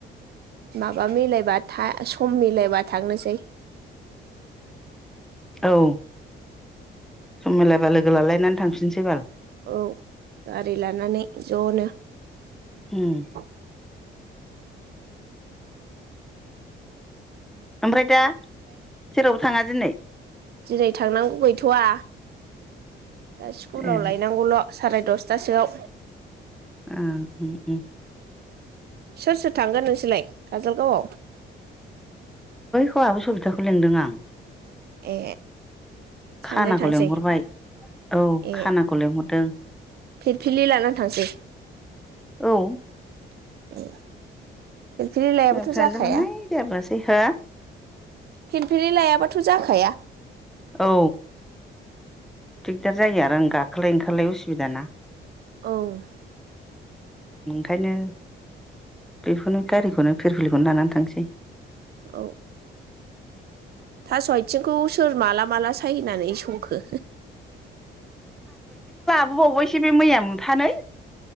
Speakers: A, on the right (about 55°); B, in the centre.
A: माबा मिलायबा था सम मिलायबा थांनोसै
B: औ सम मिलायबा लोगोलालायनानै थांफिनसै बाल
A: औ गारि लानानै ज'नो
B: उम
A: उ
B: ओमफ्राय दा जेरावबो थाङा दिनै
A: जेरै थांनांगौ गैथवा दा स्कुलाव
B: ए
A: लायनांगौल' साराय दसथासोआव
B: ओ उम उम
A: सोर सोर थांगोन नोंसोरलाय काजलगावआव
B: <inaudible> सोलोंदों आं
A: ए सानैजोंजों
B: खानाखौ
A: थांसै
B: लेंहरबाय औ
A: ए
B: खानाखौ लेंहरदों
A: फिरफिलि लानानै थांसै
B: औ
A: <inaudible> लायाबाथ'
B: मैयाबो थाङादोमोनहाय
A: जाखाया
B: जाबोआसै हो
A: फिलफिलि लायाबाथ' जाखाया।
B: औ दिगदार जायो आरो आं गाखोलाय ओंखारलाय उसुबिदा ना।
A: औ।
B: ओंखायनो बेखौनो गारिखौनो फिरफिलिखौनो लानानै थांसै।
A: औ थास' आथिंखौ सोर माला माला सायहैनानै संखो?
B: बावबायसो बे मैया थानै